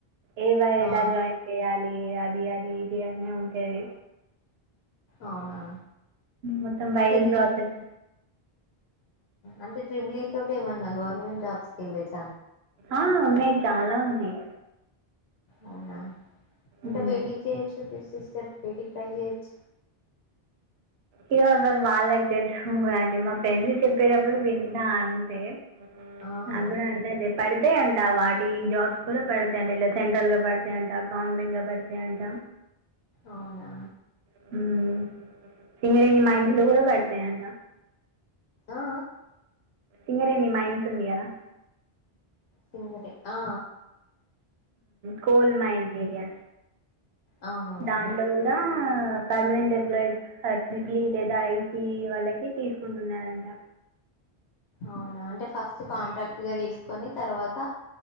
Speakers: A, on the right; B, on the left.
A: ఏ వైర్
B: ఆ
A: ఇలా జాయిన్ చెయాలి అది అది ఇది అనే ఉంటేది
B: అవునా
A: మొత్తం వైరింగ్
B: అంటే దీనికి
A: ప్రాసెస్
B: అంటే ట్రిబిలీ తోటి ఏమన్నా గవర్నమెంట్ జాబ్స్ కెళ్ళేది
A: ఆ ఉన్నాయ్ చాలా ఉన్నాయి
B: అవునా అంటే
A: మ్మ్.
B: బిటేక్ చేయొచ్చు త సిస్టర్ బిటేక్ ట్రై చేయొచ్చ
A: ఇది వాళ్ళకి తెలుసు మ <inaudible> ఫ్రెండ్ చెప్పేటప్పుడు వింటా అంతే
B: ఆహా
A: నాకు కూడా అంతా తే పడతాయంట వాటి జాబ్స్ కూడా పడతాయంట ఇట్లా సెంట్రల్ గా పడతాయంట గవర్నమెంట్ గా పడతాయంట
B: అవునా
A: <inaudible> మా ఇంటిలో కూడా పెడతాయంట
B: ఆ ఆ!
A: ఇంగరేన్ మైన్స్ ఉంది కదా
B: సుముటి అఆ
A: కోల్ మైన్ ఏరియా
B: ఆ అవునవును
A: దాంట్లో కూడా పర్మనెంట్ ఎంప్లాయీస్ ట్రిబిలి లేదా ఐసిఇ వాళ్ళకి తీసుకుంటున్నారంట
B: అవునా అంటే ఫస్ట్ కాంట్రాక్ట్ గా తీసుకొని తర్వాత